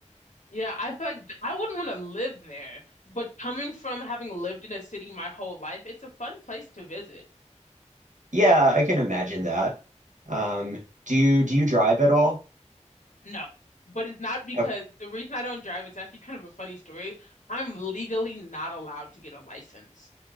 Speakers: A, on the left; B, on the right.
A: Yeah, I feel like th- I wouldn't want to live there, but coming from having lived in a city my whole life, it's a fun place to visit.
B: Yeah, I can imagine that. Um, do you do you drive at all?
A: No, but it's not because
B: Okay.
A: the reason I don't drive, it's actually kind of a funny story. I'm legally not allowed to get a license,